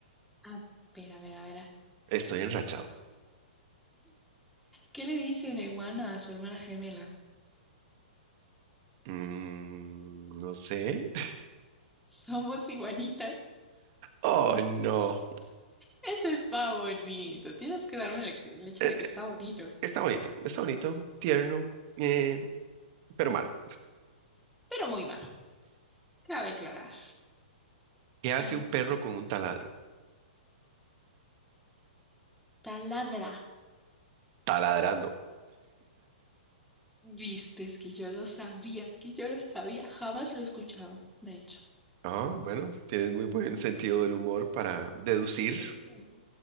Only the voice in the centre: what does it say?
A ver, a ver, a ver.
¿Qué le dice una iguana a su hermana gemela?
Somos iguanitas.
Ese está bonito. Tienes que darme el, el hecho
de que está bonito.
Pero muy malo. Cabe aclarar.
A
ver.
Taladra.
Viste, es que yo lo sabía, es que yo lo sabía. Jamás lo he escuchado, de hecho.
Excelente.